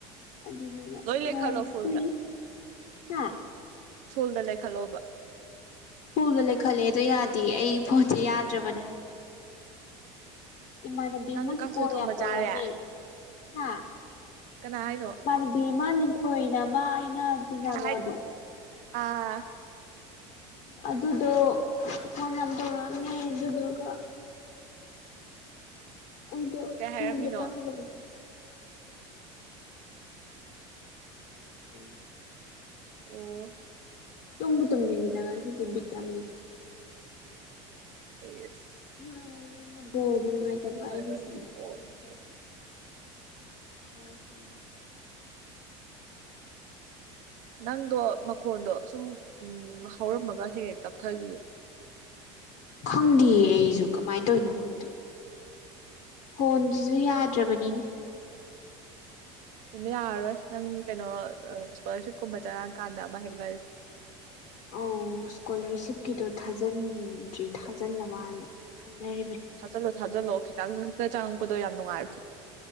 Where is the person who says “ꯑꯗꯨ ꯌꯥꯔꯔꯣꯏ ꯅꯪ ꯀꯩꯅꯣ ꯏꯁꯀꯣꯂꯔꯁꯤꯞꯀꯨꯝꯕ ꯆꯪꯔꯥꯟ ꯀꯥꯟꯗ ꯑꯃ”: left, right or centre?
Right